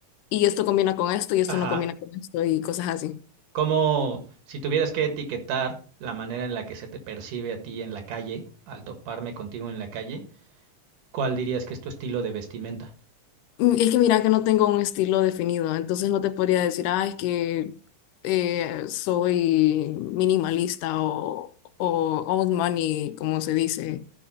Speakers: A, on the left; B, on the right.
A: y esto combina con esto y esto
B: Ajá.
A: no combina con esto y cosas así.
B: Como si tuvieras que etiquetar la manera en la que se te percibe a ti en la calle, al toparme contigo en la calle, ¿cuál dirías que es tu estilo de vestimenta?
A: Mm, Es que mira que no tengo un estilo definido, entonces no te podría decir, ah, es que eh, soy minimalista o, o old money, como se dice,